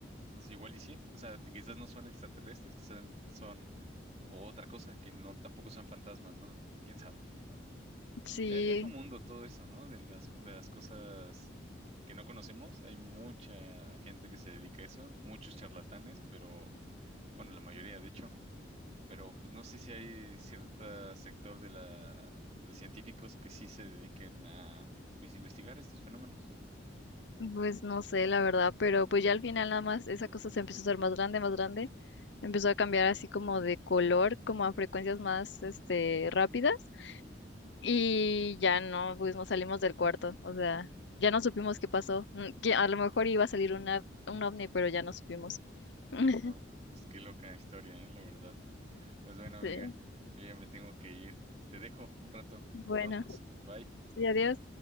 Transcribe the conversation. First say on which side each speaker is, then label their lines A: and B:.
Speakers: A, on the right; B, on the left.
A: No sé, igual y sí. O sea, quizás no son extraterrestres, quizás son otra cosa que no tampoco son fantasmas, ¿no? ¿Quién sabe?
B: Sí.
A: Es, es un mundo todo eso, ¿no? De las, de las cosas que no conocemos. Hay mucha gente que se dedica a eso, muchos charlatanes, pero bueno, la mayoría, de hecho. Pero pues, no sé si hay cierto sector de la, de científicos que sí se dediquen a pues, investigar estos fenómenos.
B: Pues no sé, la verdad, pero pues ya al final nada más esa cosa se empezó a hacer más grande, más grande, empezó a cambiar así como de color, como a frecuencias más, este, rápidas
A: Ujú.
B: y ya no, pues nos salimos del cuarto, o sea, ya no supimos qué pasó, Mm, que a lo mejor iba a salir una, un ovni, pero ya no supimos.
A: Ay,
B: <laughs>
A: no. Pues qué loca historia, ¿eh? La verdad. Pues bueno, amiga,
B: Sí,
A: yo ya me tengo que ir. Te dejo un rato.
B: bueno,
A: Nos vamos. Bye.
B: sí, adiós.